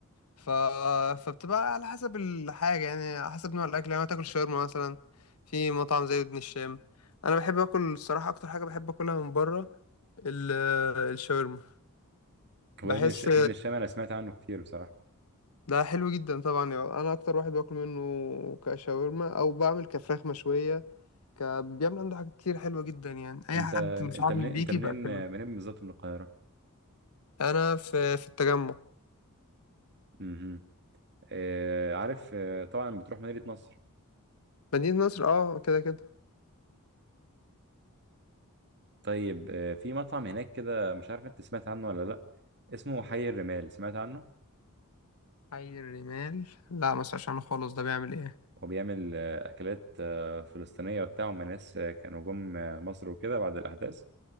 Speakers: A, on the left (about 75°); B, on the right (about 50°).
A: ف... فبتبقى على حسب الحاجة يعني على حسب نوع الأكل يعني تاكل شاورما مثلا في مطعم زي ابن الشام أنا بحب آكل الصراحة أكتر حاجة بحب آكلها من بره ال- الشاورما
B: هو
A: بحس
B: ابن الش... ابن الشام أنا سمعت عنه كتير بصراحة
A: ده حلو جدا طبعا يعني انا اكتر واحد باكل منه كشاورما او بعمل كفراخ مشويه ك... بيعمل عنده حاجات كتير حلوه جدا يعني اي
B: أنت
A: حد مش
B: أنت
A: عارف
B: منين
A: بيجي
B: أنت منين
A: باكله
B: آه، منين بالظبط من القاهرة؟
A: انا في في التجمع
B: مم. آه، عارف آه، طبعا بتروح مدينة نصر
A: مدينه نصر اه كده كده
B: طيب آه، في مطعم هناك كده مش عارف أنت سمعت عنه ولا لأ اسمه حي الرمال سمعت عنه؟
A: حي الرمال لا ما اسمعش عنه خالص ده بيعمل ايه
B: وبيعمل آه، أكلات آه، فلسطينية وبتاع هم ناس آه، كانوا جم آه، مصر وكده بعد الأحداث